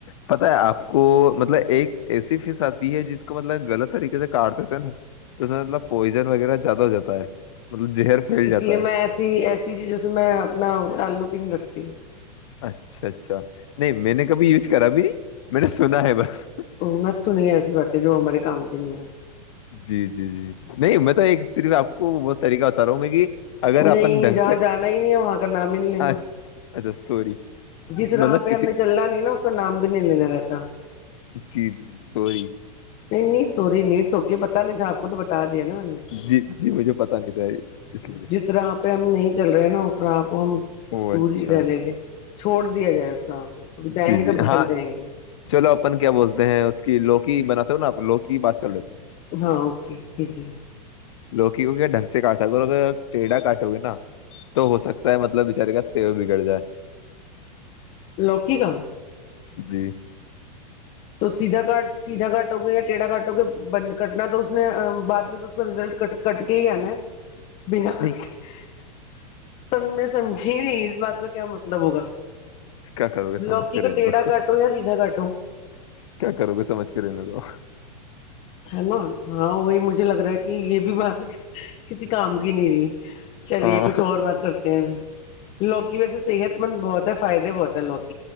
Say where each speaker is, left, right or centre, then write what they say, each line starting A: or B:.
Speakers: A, on the left (about 50°); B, on the left (about 30°).
A: پت ہے آپ کو مطلب ایک ایسی فس آتی ہے جس کو مطلب غلط طریقے سے کاٹ دیتے تھے نا تو اس میں مطلب پوائزن وغیرہ زیادہ ہو جاتا ہے مطلب زہر پھیل
B: اس
A: جاتا
B: لیے
A: ہے
B: میں ایسی ایسی چیزوں سے میں اپنا تعلق نہیں رکھتی ت
A: اچھا اچھا نہیں میں نے کبھی یوز کرا اب میں نے سنا ہے بس
B: ہ میں سنی ہے ایسی باتیں جو ہمارے کام کی نہیں ہے
A: جی جی جی نہیں میں تو ایک صرف آپ کو بہت طریقہ بتا رہا ہوں میں کہ
B: ہے
A: اگر
B: نہیں
A: اپن ڈھنگ
B: جہاں
A: سے
B: جانا ہی نہیں ہے وہاں کا نام ہی نہیں لینا
A: اچھا سوری مطلب
B: جس راہ پہ
A: کسی
B: ہم نے چلنا نہیں نا اس کا نام بھی نہیں لینا رہتا
A: جی جی سوروری
B: نیٹ سوری نید سوک پت نہیں تھا آپ کو تو بتا دیا نا میں نے
A: جی جی مجھے پتا نہیں تھا اس لیے
B: جس طرح پہ ہم نہیں چل رہے نا اس خرابپ کو ہم
A: او اچھا
B: دور ہی رہنے دیں چھوڑ دیا جائے اس راہ کو ک جائیں
A: جی
B: گے
A: جی
B: تو بھٹک
A: ہاں
B: جائیں گے
A: چلو اپن کیا بولتے ہیں اس کی لوکی بناتے نا آپ لوگ کی بات کر لیتے ہیں
B: ہاں اوکے بھیجی گئے
A: لوکی کو کیا ڈھنگ سے کاٹا گ اور ا ٹیھا کاٹو گے نا تو ہو سکتا ہے مطلب بچارے کا سیو بگڑ جائے
B: لکی کا
A: جی
B: تو سیدھا کاٹ سیدھا کاٹو گے یا ٹیڑھا کاٹو گے کٹنا تو اس نے بعد میں تو اس کا رزلٹ ک کٹ کے ہی آنا ہے بنا س
A: نہیں
B: سمجھی نہیں اس بات کا کیا مطلب ہوگا
A: کیا کرو گے سمجھ
B: لوکی
A: کے
B: کو
A: رہنے
B: ٹیڑا
A: دو
B: کٹو یا سیدھا کاٹو
A: کیا کرو گے سمجھ کرنے کو
B: ہے نا ہاں وہی مجھے لگ رہا ہے کہ یہ بھی بات کسی کام کی نہیں رہی چلیے
A: ہاں
B: کچھ اور بات کرتے ہیں پھر لوکی ویسے صحت مند بہت ہے فائدے بہت لوک